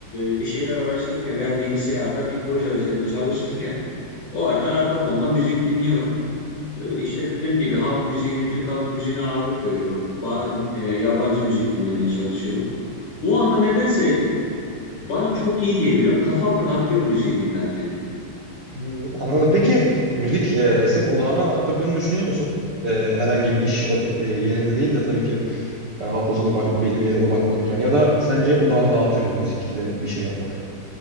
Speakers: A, on the left; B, on the right.
A: e, bir şeyler araştırırken veya bilgisayarda bir proje üzerinde çalışırken o arada arka fonda müzik dinliyorum. Ee, İşte dediğim gibi halk müziğini, Türk halk müziğine ağırlık veriyorum. Bazen e, yabancı müzik dinlemeye çalışıyorum. O anda nedense bana çok iyi geliyor. Kafam rahatlıyor müziği dinlerken.
B: Hı, anladım. Peki müzik e, senin odağını arttırdığını düşünüyor musun? E, herhangi bir iş o- e, yerinde değil de tabii ki e, hafta sonu baş- belli bir yere odaklanırken. Ya da sence odağını dağıtıyor mu müzikle bir şey yapmak?